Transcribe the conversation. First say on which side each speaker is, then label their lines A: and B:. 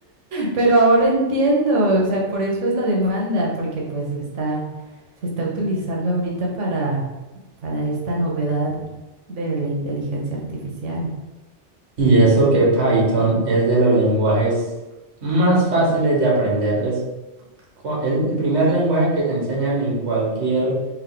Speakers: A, on the right; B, on the right.
A: Pero ahora entiendo, o sea, por eso es la demanda, porque pues está, se está utilizando ahorita para, para esta novedad de la inteligencia artificial.
B: Y eso que Python es de los lenguajes más fáciles de aprender. es cua- el el primer lenguaje que te enseñan en cualquier